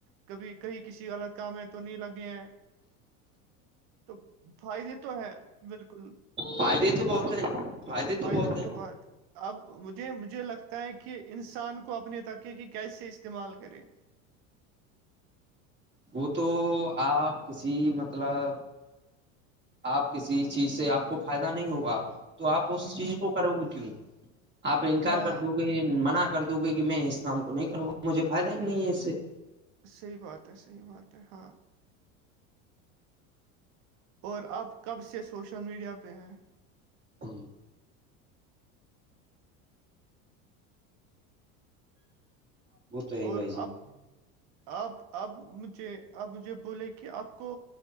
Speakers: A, on the right; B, on the right.
A: کبھی کہیں کسی غلط کام میں تو نہیں لگے ہیں تو فائدے تو ہے بالکل
B: فائدے
A: اس کے
B: بہت
A: تو
B: ہیں
A: فائدے
B: بہت ہیں
A: تو بد اب مجھے مجھے لگتا ہے کہ انسان کو اپنے تک ہے کہ کیسے استعمال کرے
B: وہ تو آپ کسی مطلب آپ کسی چیز سے آپ کو فائدہ نہیں ہوگا تو آپ اس
A: ہمم،
B: چیز کو کرو گے کیوں آپ انکار
A: ہاں
B: کر دو گے منع کر دوں گے کہ میں اس کام کو نہیں کروں گا مجھے فائد ہی نہیں ہے اس کام سے
A: صحیح بات ہے صحیح بات ہے ہاں اور آپ کب سے سوشل میڈیا پہ ہیں
B: ہاں وہ تو ہے ہی
A: اور
B: بھائی جان
A: اب آپ اب مجھے آپ مجھے بولے کہ آپ کو